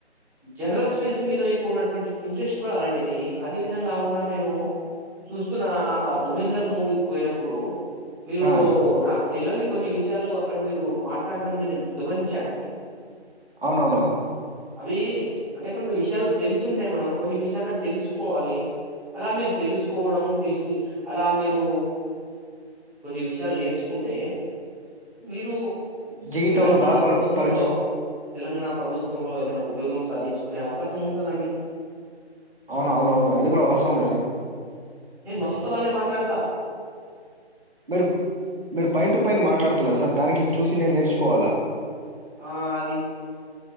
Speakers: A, in the centre; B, on the right.
A: జనరల్ స్టడీస్ మీద మీకు ఉన్నటువంటి ఇంట్రెస్ట్ కూడా అలాంటిది అదే విధంగా మన్న నేను చూస్తున్న ధురేందర్ మూవీకి పోయినప్పుడు మీరు
B: ఆ
A: నాకు తెలియని కొన్ని విషయాలు అక్కడ మీరు మాట్లాడడం నేను గమనించానండి
B: అవునవును
A: అవి అంటే కొన్ని విష చాలు తెలిసి ఉంటాయి మనకు కొన్ని విషయాలను తెలుసుకోవాలి అలా మీరు తెలుసుకోవడం తెలిసి అలా మీరు కొన్ని విషయాలు నేర్చుకుంటే మీరు
B: జీవితంలో
A: తెలంగాణ
B: బాగుపడ
A: ప్రభుత్వంలో
B: పడొచ్చు
A: తెలంగాణ ప్రభుత్వంలో ఏదైనా ఉద్యోగం సాధించుకునే అవకాశం ఉంటందండి
B: అవున అవున అవును అది కూడా వాస్తవమే సార్
A: నేను వాస్తవాలే మాట్లాడతా
B: మీరు మీరు పైన టు పైైన మాట్లాడుతున్నారు సార్ దానికి చూసి నేను నేర్చుకోవాలా
A: ఆ అది